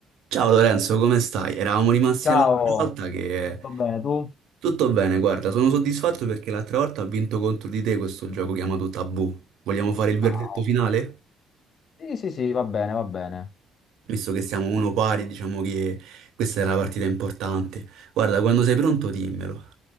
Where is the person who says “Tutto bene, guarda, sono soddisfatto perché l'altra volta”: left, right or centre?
Right